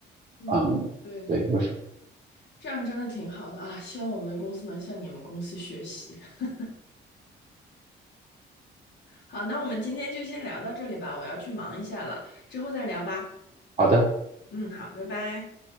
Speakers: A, on the left; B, on the right.
A: 嗯，<laughs>
B: 嗯，
A: 对对对，
B: 对，为什么？
A: 这样真的挺好的啊！希望我们的公司能向你们公司学习。<laughs> 好，那我们今天就先聊到这里吧，我要去忙一下了，之后再聊吧。
B: 好的。
A: 嗯，好，拜拜。